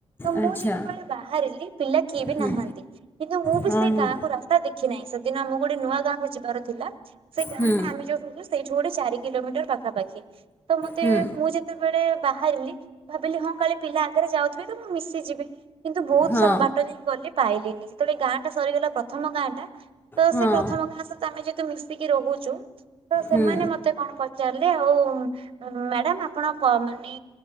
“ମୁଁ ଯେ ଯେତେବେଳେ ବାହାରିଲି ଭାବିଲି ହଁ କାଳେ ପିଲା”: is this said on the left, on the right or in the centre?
Right